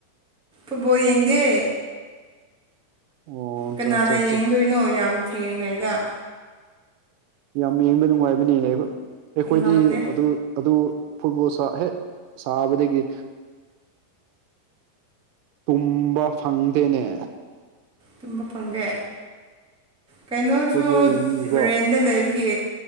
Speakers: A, in the centre; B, on the right (about 80°).
A: ꯏ ꯄꯨꯋꯥ ꯌꯦꯗꯦ
B: ꯑꯣ
A: ꯀꯅꯥꯅ
B: ꯆꯥ ꯆꯥ
A: ꯌꯦꯡꯗꯣꯏꯅꯣ
B: ꯆꯥ
A: ꯌꯥꯝ ꯊꯦꯡꯂꯤꯉꯩꯗ
B: ꯌꯥꯝ ꯌꯦꯡꯕ ꯅꯨꯡꯉꯥꯏꯕꯅꯦ ꯑꯩꯈꯣꯏꯗꯤ
A: ꯉꯝꯗꯦ
B: ꯑꯗꯨ ꯑꯗꯨ ꯐꯨꯠꯕꯣꯜ ꯁꯥ ꯍꯦꯛ ꯁꯥꯕꯗꯒꯤ ꯇꯨꯝꯕ ꯐꯪꯗꯦꯅꯦ
A: ꯇꯨꯝꯕ ꯐꯪꯒꯦ ꯀꯩꯅꯣꯁꯨ
B: ꯐꯨꯠꯕꯣꯜ ꯌꯦꯡꯕꯤꯒꯤꯀꯣ
A: ꯔꯦꯟꯗ ꯂꯩꯕꯒꯤ